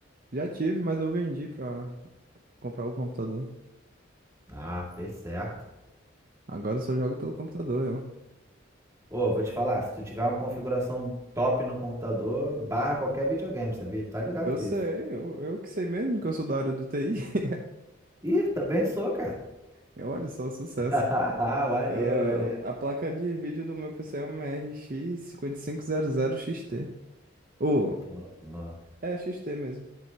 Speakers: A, on the right (about 45°); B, on the right (about 15°).
A: Já tive, mas eu vendi pra comprar o computador.
B: Ah, fez certo.
A: Agora eu só jogo pelo computador, eu.
B: Ô, vou te falar, se tu tiver uma configuração top no computador, barra qualquer videogame, sabia? Tá ligado
A: Eu
B: disso.
A: sei, eu, eu que sei mesmo que eu sou da área do TI. <laughs>
B: Ih, também sou, cara.
A: Eu olho só, sucesso.
B: <laughs> Maneiro,
A: Eu-
B: maneiro.
A: a placa de vídeo do meu PC é uma RX 5500XT. Ou,
B: Pô, ó,
A: é XT mesmo.